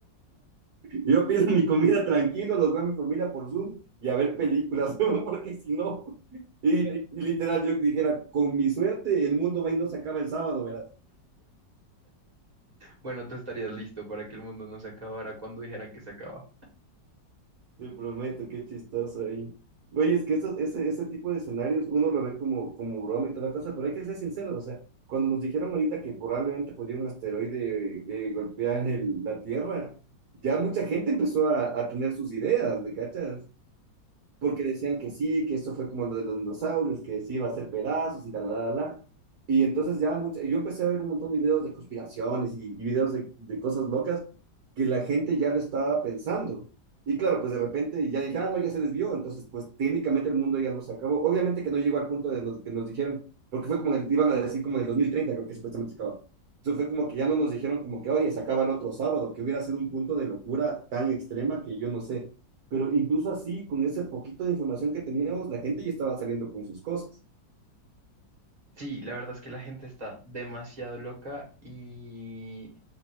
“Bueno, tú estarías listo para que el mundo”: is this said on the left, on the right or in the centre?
Right